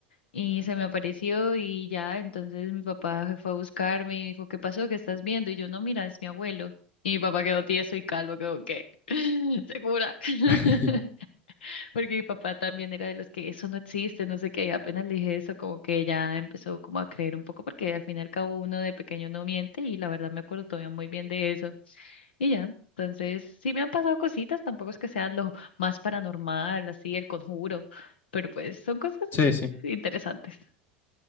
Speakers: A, on the left (about 85°); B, on the left (about 35°).
A: y se me apareció y ya, entonces mi papá fue a buscarme y dijo, ¿qué pasó? ¿Qué estás viendo? Y yo, no, mira, es mi abuelo. Y mi papá quedó tieso y calvo, quedó, ¿qué? <laughs> ¿Segura? <laughs>
B: <laughs>
A: Porque mi papá también era de los que eso no existe, no sé qué, y apenas le dije eso, como que ya empezó como a creer un poco, porque al fin y al cabo uno de pequeño no miente, y la verdad me acuerdo todavía muy bien de eso. Y ya, entonces sí me han pasado cositas, tampoco es que sean lo más paranormal, así el conjuro, pero pues son cosas
B: Sí, sí.
A: interesantes.